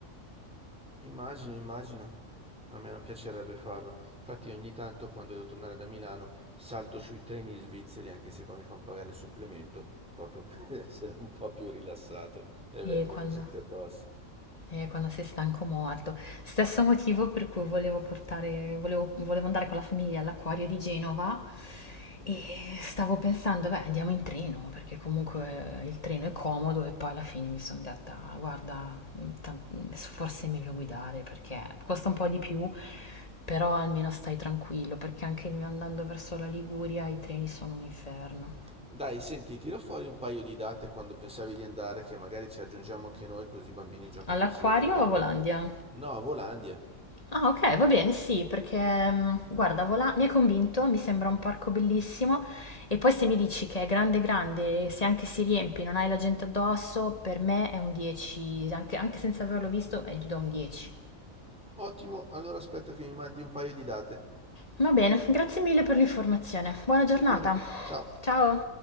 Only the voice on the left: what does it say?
E
quando?
Eh, quando sei stanco morto. Stesso motivo per cui volevo portare, volevo, volevo andare con la famiglia all'acquario di Genova e stavo pensando, beh, andiamo in treno, perché comunque il treno è comodo e poi alla fine mi sono detta, guarda, ta- forse è meglio guidare perché costa un po' di più, però almeno stai tranquillo, perché anche andando verso la Liguria i treni sono un inferno.
All'acquario
o a Volandia?
Ah, ok, va bene, sì, perché mm, guarda, Volà mi ha convinto, mi sembra un parco bellissimo e poi se mi dici che è grande grande, e se anche si riempie, non hai la gente addosso, per me è un 10, anche, anche senza averlo visto, eh, gli do un 10.
Va bene, grazie mille per l'informazione. Buona
giornata.
Ciao.